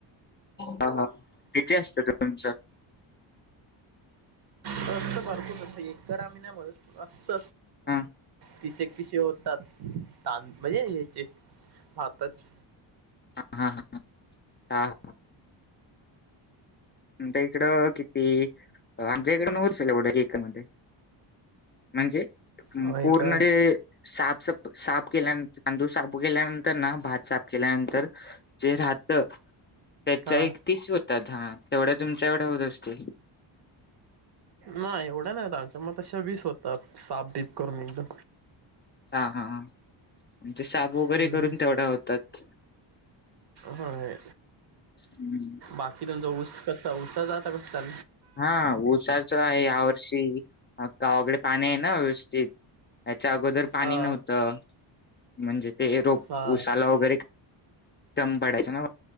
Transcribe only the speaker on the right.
त सारख असं एक गरामनमध्ये असत
तीस <unintelligible> पिसे होतात त म्हणजे याचे भातच
होय काय
हा
नाही एवढ्या नाही दच्या म तशा वीस होतात सापदीप करून एकदम
हम्म.
होय
बाकी तुमचा ऊस कस ऊसाच आता कस चालु आहे.
अ
हा